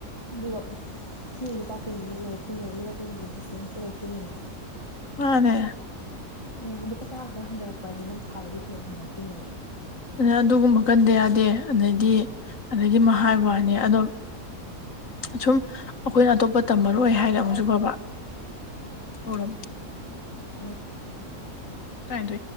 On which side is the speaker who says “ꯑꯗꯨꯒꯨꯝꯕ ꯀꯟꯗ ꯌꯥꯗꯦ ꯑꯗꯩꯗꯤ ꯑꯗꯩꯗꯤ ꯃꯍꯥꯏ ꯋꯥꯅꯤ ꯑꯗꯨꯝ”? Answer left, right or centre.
Left